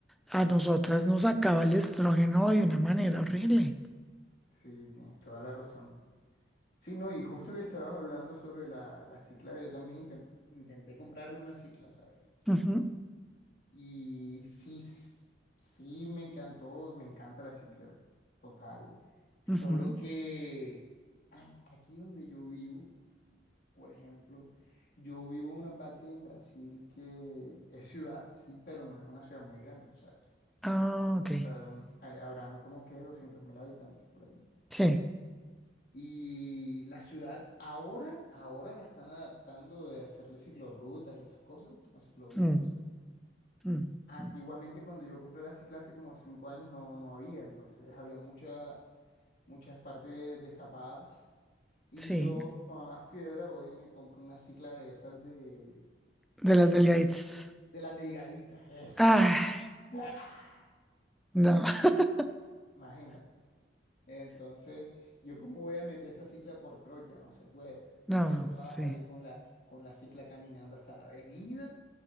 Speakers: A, in the centre; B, on the left.
A: a nosotras nos acaba el estrógeno de una manera horrible.
B: Sí, tienes toda la razón. Sí, no, y justo que estabas hablando sobre la, la cicla, yo también inten- intenté comprarme una cicla, ¿sabes?
A: Ujú,
B: Y sí, s- sí, me encantó, me encanta la cicla, total. Solo
A: ujú.
B: que ah, aquí donde yo vivo, por ejemplo, yo vivo en una parte en Brasil que es ciudad, sí, pero no es una ciudad muy grande, o sea,
A: Ah, ok.
B: o sea, hay- habrán como que doscientos mil habitantes por ahí.
A: Sí.
B: Y la ciudad ahora, ahora la están adaptando de hacerle ciclorrutas y esas cosas, la ciclovía,
A: Mm,
B: no sé.
A: mm.
B: Antiguamente cuando yo compré la cicla hace como cinco años no, no había, entonces había mucha, muchas partes destapadas. Y
A: Sí,
B: yo, para más piedra, voy y me compro una cicla de esas de,
A: de las delgaditas.
B: de las delgaditas, esas.
A: Ah,
B: ¡Ah!
A: no, <laughs>
B: Imagínate. Entonces, yo cómo voy a meter esa cicla por trocha, no se puede.
A: no,
B: Me tocaba
A: sí.
B: salir con la, con la cicla caminando hasta la avenida